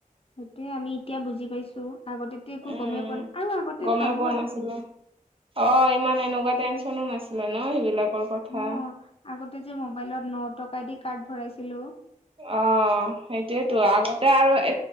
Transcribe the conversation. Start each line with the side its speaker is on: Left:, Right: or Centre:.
Left: সেইটোয়ে আমি এতিয়া বুজি পাইছো আগতেতো একো
Right: উম
Left: গমেই পোৱা নাই আৰু আগতে
Right: গমেই
Left: ভালো
Right: পোৱা
Left: আছিল
Right: নাছিলো অ ইমান এনেকোৱা টেনচনো নাছিলে ন সেইবিলাকৰ কথা
Left: ন আগতে যে মোবাইলত ন টকা দি কাৰ্ড ভৰাইছিলো
Right: অ সেইটোয়েতো আগতে আৰু এ